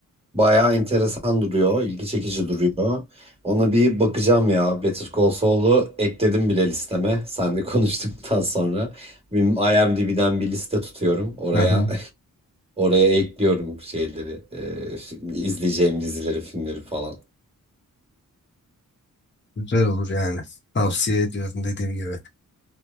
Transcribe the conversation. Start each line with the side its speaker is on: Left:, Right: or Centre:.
Right: Bayağı enteresan duruyor, ilgi çekici duruyor. Ona bir bakacağım ya. Better Call Saul'u ekledim bile listeme. Senle <laughs> konuştuktan sonra benim IMDb'den bir liste tutuyorum. Oraya
Left: Hı hı.
Right: <laughs> oraya ekliyorum şeyleri, e, izleyeceğim dizileri, filmleri falan.
Left: Güzel olur yani. Tavsiye ediyorum dediğim gibi.